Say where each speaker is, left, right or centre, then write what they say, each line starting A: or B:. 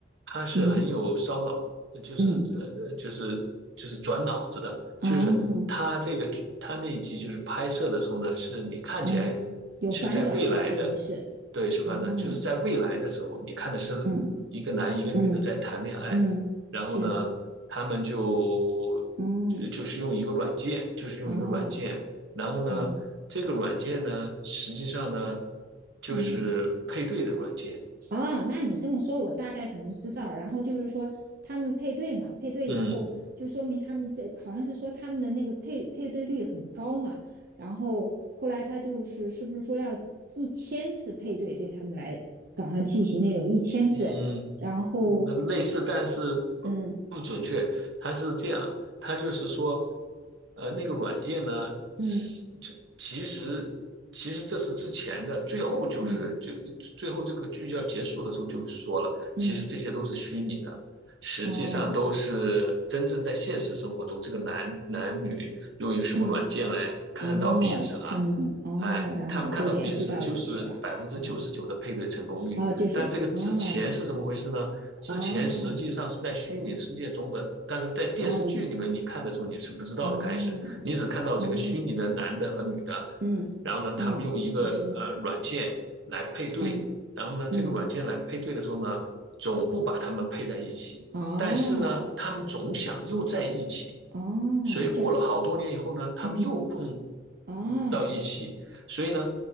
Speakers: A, on the right (about 70°); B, on the right (about 55°).
A: 它是很有烧脑，
B: 嗯。
A: 就是呃呃，
B: 嗯，
A: 就是就是转脑子的，
B: 哦，
A: 就是它这个它那一集就是拍摄的时候呢，是你看起来
B: 嗯，有反转的，
A: 是在未来的，
B: 等于是，
A: 对，是反转，
B: 哦，
A: 就是在未来的时候，你看的是
B: 嗯
A: 一个男一个女的在谈恋爱，
B: 嗯嗯，
A: 然后呢，
B: 是，
A: 他们就就就是用一个软件，
B: 嗯，
A: 就是用一个软件。
B: 哦，
A: 然后呢，
B: 哦，
A: 这个软件呢，实际上呢，就是配对的软件，
B: 嗯，哦，那你这么说，我大概可能知道。然后就是说，他们配对嘛，配对以后就说明他们这好像是说他们的那个配配对率很高嘛。
A: 嗯
B: 然后后来他就是是不是说要一千次配对，对他们来搞上进行那种一千次，
A: 嗯，
B: 然后
A: 嗯类似，但是不不准确。
B: 嗯
A: 它是这样，它就是说，呃，那个软件呢，是这其实其实这是之前的，
B: 嗯
A: 最后就是就最后这个剧要结束的时候就说了，
B: 嗯嗯嗯
A: 其实这些都是虚拟的，实际上都是真正在现实生活中，
B: 哦
A: 这个男男女用一个什么软件来看到彼此了。
B: 嗯，哦，他们哦，
A: 哎，
B: 然后就联系到一起了。
A: 他们看到彼此就是百分之九十九的配对成功率，
B: 嗯，哦，就是哦
A: 但这个之前是怎么回事呢？之前实际上是在虚拟世界中的，
B: 哦
A: 但是在电视剧里面你看的时候你是不知道的。
B: 哦哦
A: 开始你只看到这个虚拟的男的和女的，
B: 哦，嗯嗯，
A: 然后呢，他们用一个呃软件来配对，
B: 就是嗯
A: 然后呢，
B: 嗯
A: 这个软件来配对的时候呢，总不把他们配在一起，
B: 哦
A: 但是呢，他们总想又在一起，
B: 哦，
A: 所以过了好多年以后呢，
B: 就
A: 他们又碰
B: 嗯哦
A: 到一起，所以呢，